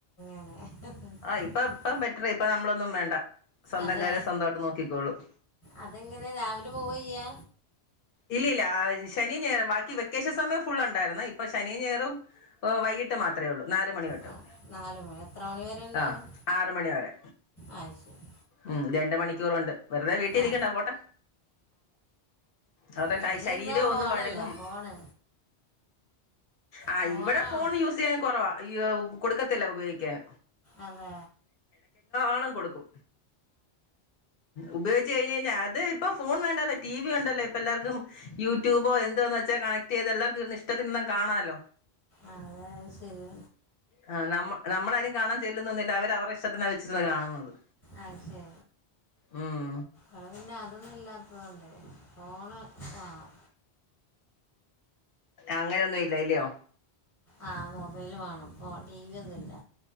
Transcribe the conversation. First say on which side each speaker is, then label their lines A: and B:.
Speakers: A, on the left (about 15°); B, on the left (about 60°).
A: <unintelligible>
B: ആ ഇപ്പ ഇപ്പം ബെറ്റ്റായി ഇപ്പം നമ്മളൊന്നും വേണ്ട സ്വന്തം
A: അതെ
B: കാര്യം സ്വന്തമായിട്ട് നോക്കിക്കോളും
A: അതെങ്ങനെ രാവിലെ പോവ്യ്യാ
B: ഇല്ലല്ല ശനി ഞായറും ബാക്കി വെക്കേഷൻ സമയം ഫുള്ള് ഉണ്ടായിരുന്നു ഇപ്പൊ ശനി ഞായറും വൈകിട്ട് മാത്രമേ ഒള്ളൂ നാല് മണി <unintelligible>
A: ആ നാല് മണി എത്ര മണി വരെ ഉണ്ടാവും
B: ആ ആറ് മണി വരെ
A: ആ ശരി
B: ഉം രണ്ട് മണിക്കൂറുണ്ട് വെറുതെ വീട്ടിൽ ഇരിക്കണ്ടാ
A: ആ
B: പോട്ടെ അവരുടെ
A: വീട്ടില്
B: കൈ ശരീരം
A: ഇര്ന്നാ ഫോണല്ലേ
B: ഒന്ന് വഴങ്ങും
A: ഫോണ്
B: ആ
A: ഫോണാണ്
B: ഇവിടെ ഫോൺ യൂസ് ചെയ്യാൻ കൊറവാ ഇയ്യോ കൊടുക്കത്തില്ല ഉപയോഗിക്കാൻ
A: ആന്നോ
B: ആണം കൊടുക്കും ഉപയോഗിച്ച് കഴിഞ്ഞ കഴിഞ്ഞാൽ അത് ഇപ്പ ഫോൺ വേണ്ടല്ലേ ടി വി ഉണ്ടല്ലേ ഇപ്പം എല്ലാർക്കും യൂട്യൂബോ എന്തോന്ന് വെച്ചാൽ കണക്ട് ചെയ്തത് എല്ലാവർക്കും ഇഷ്ടത്തിന്നും കാണാലോ
A: അത് ശരിയ
B: ആ നമ്മ നമ്മളാരും കാണാ ചെല്ലുന്നൊന്നുമില്ല അവരുടെഷ്ടത്തിനാണ് വെച്ചിരുന്ന് കാണുന്നത്
A: അ ശരി
B: ഉം
A: ഇവിടെ പിന്നെ അതൊന്നും ഇല്ലാത്തതാണലോ ഫോണ് ആ-
B: അങ്ങനെന്നും ഇല്ല ഇല്ലിയോ
A: ആ മൊബൈല് വാണം ഫോൺ ടിവി ഒന്നുല്ല